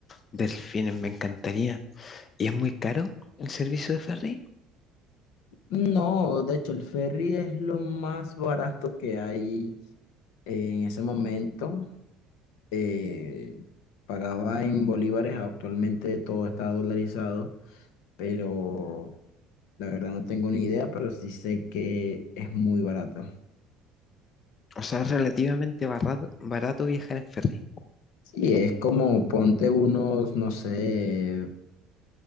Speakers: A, on the left; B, on the left.
A: Delfines, me encantaría. ¿Y es muy caro el servicio de ferry?
B: No, de hecho el ferry es lo más barato que hay en ese momento eh, pagaba en bolívares, actualmente todo está dolarizado, pero la verdad no tengo ni idea, pero sí sé que es muy barato.
A: O sea, es relativamente barato, barato viajar en ferry.
B: Sí, es como ponte unos, no sé,